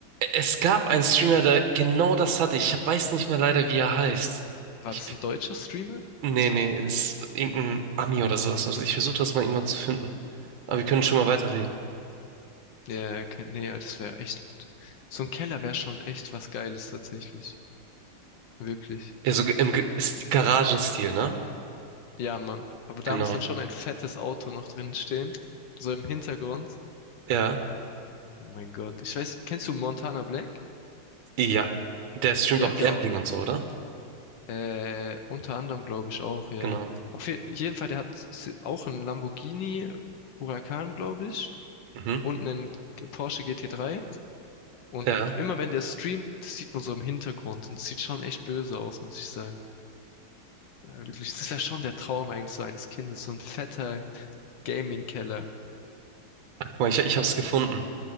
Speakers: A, on the right; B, on the left.
A: es gab einen Streamer, der genau das hatte. Ich hab- weiß nicht mehr leider, wie er heißt.
B: War
A: Ich,
B: das ein deutscher Streamer?
A: nee, nee, ist irgendein Ami oder sowas. Also ich versuche das mal irgendwann zu finden. Aber wir können schon mal weiterreden.
B: Ja, ja, ke- nee, ja, das wäre echt. So ein Keller wäre schon echt was Geiles tatsächlich. Wirklich.
A: Ja, so im Ge- ist Garagenstil, ne?
B: Ja, Mann. Aber da
A: Genau.
B: muss dann schon ein fettes Auto noch drin stehen. So im Hintergrund.
A: Ja.
B: Oh mein Gott. Ich weiß, kennst du Montana Black?
A: Ja. Der streamt
B: Der
A: auch
B: hat
A: Gambling
B: ja auch,
A: und so, oder?
B: äh, unter anderem, glaube ich, auch, ja.
A: Genau.
B: Auf jeden, jeden Fall, der hat s- auch einen Lamborghini Huracan, glaube ich.
A: Mhm.
B: Und einen Porsche gt drei. Und
A: Ja.
B: immer wenn der streamt, das sieht man so im Hintergrund. Und es sieht schon echt böse aus, muss ich sagen. Ja, wirklich, das wäre schon der Traum eigentlich so eines Kindes, so ein fetter Gaming-Keller.
A: Guck mal, ich, ich hab's gefunden.